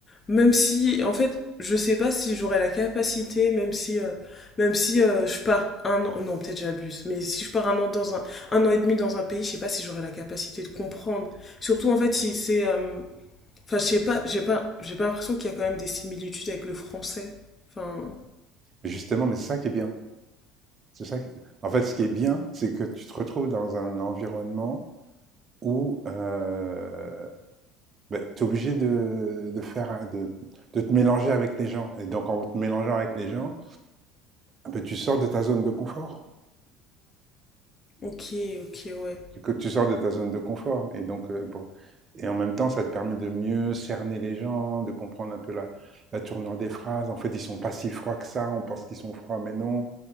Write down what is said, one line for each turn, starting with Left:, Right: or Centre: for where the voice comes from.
Left: même si, en fait, je sais pas si j'aurai la capacité, même si, euh, même si euh, je pars un an, non, peut-être j'abuse, mais si je pars un an dans un, un an et demi dans un pays, je sais pas si j'aurai la capacité de comprendre. Surtout, en fait, si c'est, euh, enfin, je sais pas, j'ai pas, j'ai pas l'impression qu'il y a quand même des similitudes avec le français. Enfin,
Right: Justement, mais c'est ça qui est bien. C'est ça qui- En fait, ce qui est bien, c'est que tu te retrouves dans un environnement où euh, ben, tu es obligé de, de faire, un- de, de te mélanger avec les gens. Et donc, en te mélangeant avec les gens, ben, tu sors de ta zone de confort.
Left: ok, ok, ouais,
Right: que tu sors de ta zone de confort. Et donc, euh, pour- et en même temps, ça te permet de mieux cerner les gens, de comprendre un peu la, la tournure des phrases. En fait, ils ne sont pas si froids que ça. On pense qu'ils sont froids, mais non.